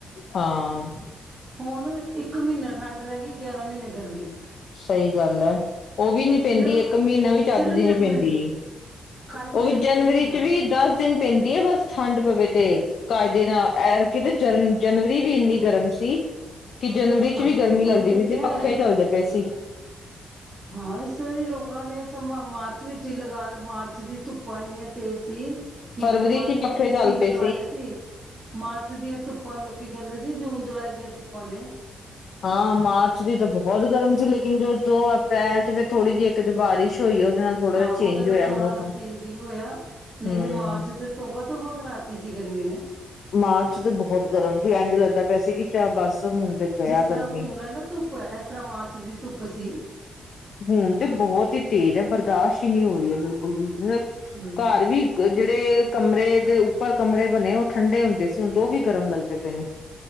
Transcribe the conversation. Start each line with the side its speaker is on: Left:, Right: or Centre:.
Left: ਹਾਂ
Right: ਹੁਣ ਇੱਕ ਮਹੀਨਾ ਠੰਡ ਰਹਿ ਗਈ ਗਿਆਰਾਂ ਮਹੀਨੇ ਗਰਮੀ।
Left: ਸਹੀ ਗੱਲ ਐ ਉਹ ਵੀ ਨੀ ਪੈਂਦੀ
Right: ਸਿਰਫ
Left: ਇੱਕ ਮਹੀਨਾ ਵੀ ਚੱਜ
Right: ਸਿਰਫ
Left: ਦੀ
Right: ਜਨਵਰੀ
Left: ਨੀ ਪੈਂਦੀ।
Right: ਖਾਲੀ
Left: ਉਹ ਵੀ ਜਨਵਰੀ
Right: ਮਹੀਨਾ
Left: ਚ ਵੀ ਦਸ ਦਿਨ ਪੈਂਦੀ ਐ ਬਸ ਠੰਡ ਪਵੇ ਤੇ। ਕਾਇਦੇ ਨਾਲ ਐਰਕੀ ਤੇ ਜਨ ਜਨਵਰੀ ਵੀ ਇੰਨੀ ਗਰਮ ਸੀ ਸੀ ਕਿ ਜਨਵਰੀ ਚ
Right: ਹਾਂ
Left: ਵੀ ਗਰਮੀ ਲੱਗਦੀ
Right: ਉਹੀ ਤੇ
Left: ਪਈ ਸੀ
Right: ਕਹਿ
Left: ਪੱਖੇ ਚੱਲਦੇ ਪਏ ਸੀ।
Right: ਹਾਂ ਇਸ ਵਾਰੀ ਲੋਕਾਂ ਨੇ ਸਮ ਮਾਰਚ ਵਿੱਚ ਹੀ ਲਗਾ ਮਾਰਚ ਦੀ ਧੁੱਪਾਂ ਇੰਨੀਆਂ ਤੇ ਸੀ ਕਿ
Left: ਫਰਵਰੀ
Right: ਲੋਕਾਂ
Left: ਚ
Right: ਨੇ
Left: ਹੀ ਪੱਖੇ
Right: ਏਸੀ
Left: ਚੱਲ
Right: ਲਗਾ
Left: ਪਏ
Right: ਲਏ ਸੀ, ਮਾਰਚ ਦੀਆਂ ਧੁੱਪਾਂ ਲੋ ਕੀ ਕਹਿੰਦੇ ਸੀ ਜੂਨ, ਜੁਲਾਈ ਦੀਆਂ ਧੁੱਪਾਂ ਨੇ।
Left: ਹਾਂ ਮਾਰਚ ਦੀ ਤਾਂ ਬਹੁਤ ਗਰਮ ਸੀ, ਲੇਕਿਨ ਜੋ ਦੋ ਅਪ੍ਰੈਲ ਚ ਫੇਰ ਥੋੜ੍ਹੀ ਜਿਹੀ ਇੱਕ ਬਾਰਿਸ਼ ਹੋਈ ਉਹਦੇ ਨਾਲ ਥੋੜਾ
Right: ਹਾਂ
Left: ਜਿਹਾ ਚੇਂਜ
Right: ਉਹਦੇ ਨਾਲ
Left: ਹੋਇਆ
Right: ਥੋੜਾ
Left: ਮੌਸਮ
Right: ਚੇਂਜਿੰਗ ਹੋਇਆ ਨਹੀਂ
Left: ਹਮ
Right: ਤੇ ਮਾਰਚ ਤੇ ਤੋਬਾ-ਤੋਬਾ ਕਰਾਤੀ ਸੀ ਗਰਮੀ ਨੇ।
Left: ਮਾਰਚ ਤੇ ਬਹੁਤ ਗਰਮ ਸੀ ਇੰਝ ਲੱਗਦਾ ਪਿਆ ਸੀ ਕਿ ਚ ਬਸ ਹੁਣ ਤੇ ਗਿਆ
Right: ਜਿਸ
Left: ਗਰਮੀ
Right: ਤਰ੍ਹਾਂ ਹੁਣ ਆ ਨਾ ਧੁੱਪ, ਇਸ ਤਰ੍ਹਾਂ ਮਾਰਚ ਦੀ ਧੁੱਪ ਸੀ।
Left: ਹੁਣ ਤੇ ਬਹੁਤ ਹੀ ਤੇਜ਼ ਆ, ਬਰਦਾਸ਼ਤ ਹੀ ਨਹੀਂ ਹੋ ਰਹੀ ਆ ਬਿਲਕੁਲ ਵੀ ਮਤਬ
Right: ਹਮ
Left: ਘਰ ਵੀ ਜਿਹੜੇ ਕਮਰੇ ਦੇ ਉੱਪਰ ਕਮਰੇ ਬਣੇ ਉਹ ਠੰਡੇ ਹੁੰਦੇ ਸੀ, ਹੁਣ ਉਹ ਵੀ ਗਰਮ ਲੱਗਦੇ ਪਏ ਨੇ।